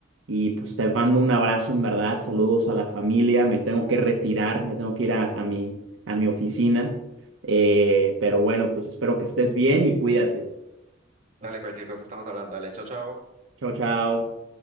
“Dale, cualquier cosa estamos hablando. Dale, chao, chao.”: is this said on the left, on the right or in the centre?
Right